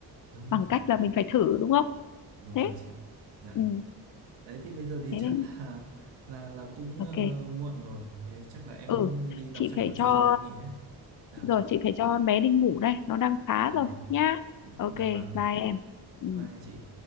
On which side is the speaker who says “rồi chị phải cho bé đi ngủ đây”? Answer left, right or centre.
Left